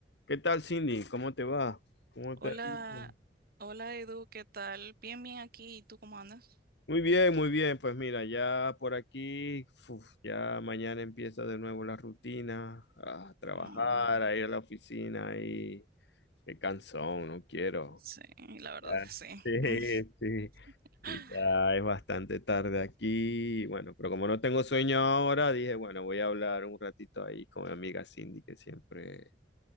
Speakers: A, on the left; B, on the right.
A: ¿Qué tal, Cindy? ¿Cómo te va? ¿Cómo
B: Hola,
A: te ha ido?
B: hola Edu, ¿qué tal? Bien, bien aquí. ¿Y tú cómo andas?
A: Muy bien, muy bien. Pues mira, ya por aquí, uf, ya mañana empieza de nuevo la rutina, a trabajar,
B: Mm,
A: a ir a la oficina y qué cansón, no quiero.
B: sí, la verdad
A: Ya,
B: que sí.
A: <laughs> sí,
B: Mm.
A: sí.
B: <laughs>
A: Y ya es bastante tarde aquí. y Bueno, pero como no tengo sueño ahora, dije, bueno, voy a hablar un ratito ahí con mi amiga Cindy, que siempre,